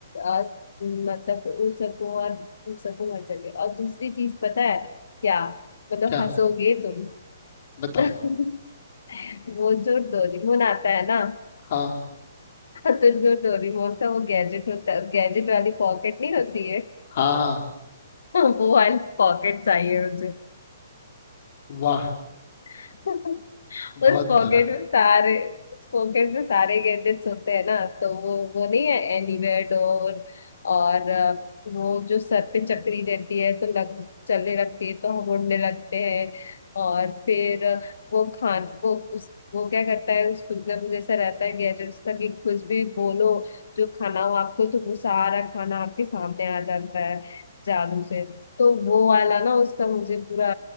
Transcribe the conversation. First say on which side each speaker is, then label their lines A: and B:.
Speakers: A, on the left; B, on the left.
A: आ, मतलब उड़ सकूं और उड़ सकूं हर जगह और दूसरी चीज पता है क्या मतलब
B: क्या
A: हंसोगे तुम
B: बताओ
A: <laughs> वो जो डोरेमोन आता है ना
B: हाँ
A: <laughs> तो जो डोरेमोन का वो गैजेट होता है गैजेट वाली पॉकेट नहीं होती है
B: हाँ हाँ
A: वो वाली पॉकेट चाहिए मुझे
B: वाह
A: <laughs>
B: बहुत
A: उस पॉकेट
B: प्यारा
A: में सारे उस पॉकेट में सारे गैजेट्स होते हैं ना तो वो वो नहीं है एनीवेयर डोर और अ, वो जो सर पे चक्री रहती है तो लग चलने लगती है तो हम उड़ने लगते हैं और फिर अ, वो खान वो उस वो क्या करता है उस कुछ ना कुछ ऐसा रहता है गैजेट्स का कि कुछ भी बोलो जो खाना हो आपको तो वो सारा खाना आपके सामने आ जाता है जादू से तो वो वाला ना उसका मुझे पूरा